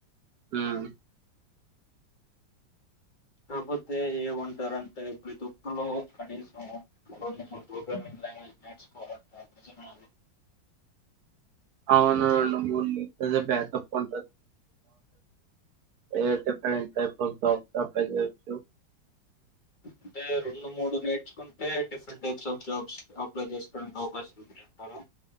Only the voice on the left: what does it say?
కాకపోతే ఏమంటారంటే ప్రతి ఒక్కలో కనీసం రెండు మూడు ప్రోగ్రామింగ్ లాంగ్వేజ్ నేర్చుకోవాలంటారు నిజమా అది
అంటే రెండు మూడు నేర్చుకుంటే different types of jobs apply చేసుకోవడానికి అవకాశాలు ఉంటాయి కదా